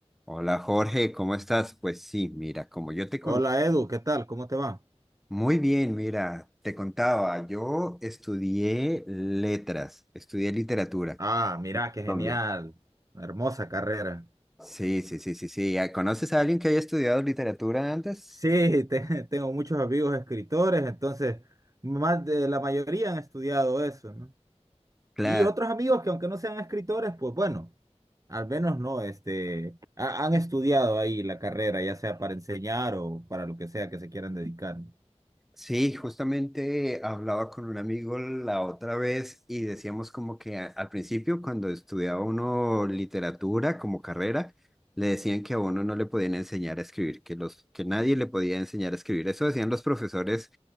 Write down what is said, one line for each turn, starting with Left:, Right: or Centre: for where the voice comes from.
Centre: Hola Jorge, ¿cómo estás? Pues sí, mira, como yo te conté,
Right: Hola Edu, ¿qué tal? ¿Cómo te va?
Centre: muy bien, mira, te contaba, yo estudié letras, estudié literatura.
Right: Ah, mira, qué genial.
Centre: También.
Right: Hermosa carrera.
Centre: Sí, sí, sí, sí, sí. Ah, ¿Conoces a alguien que haya estudiado literatura antes?
Right: Sí, te- <laughs> tengo muchos amigos escritores, entonces más de la mayoría han estudiado eso, ¿no?
Centre: Claro.
Right: Y otros amigos que aunque no sean escritores, pues bueno, al menos no, este, ha- han estudiado ahí la carrera, ya sea para enseñar o para lo que sea que se quieran dedicar.
Centre: Sí, justamente hablaba con un amigo la otra vez y decíamos como que a- al principio cuando estudiaba uno literatura como carrera, le decían que a uno no le podían enseñar a escribir, que los que nadie le podía enseñar a escribir. Eso decían los profesores